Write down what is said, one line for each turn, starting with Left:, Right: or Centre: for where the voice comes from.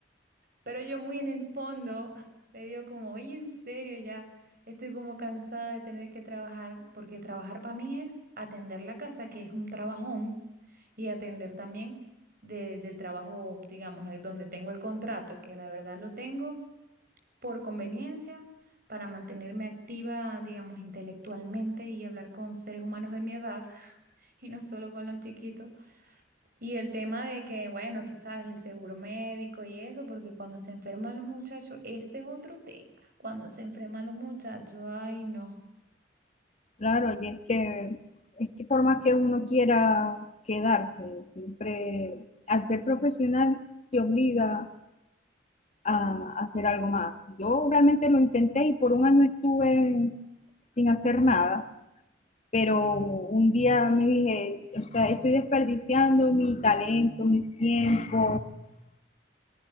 Right: Pero yo muy en el fondo <laughs> le digo como, oye, en serio, ya estoy como cansada de tener que trabajar, porque trabajar para mí es atender la casa, que es un trabajón, y atender también de- del trabajo, digamos, eh, donde tengo el contrato, que la verdad lo tengo por conveniencia, para mantenerme activa, digamos, intelectualmente y hablar con seres humanos de mi edad, <laughs> y no solo con los chiquitos. Y el tema de que, bueno, tú sabes, el seguro médico y eso, porque cuando se enferman los muchachos, ese es otro tema. Cuando se enferman los muchachos, ay, no.
Left: Claro, y es que, es que por más que uno quiera quedarse, siempre al ser profesional te obliga a hacer algo más. Yo realmente lo intenté y por un año estuve sin hacer nada, pero un día me dije, o sea, estoy desperdiciando mi talento, mi tiempo,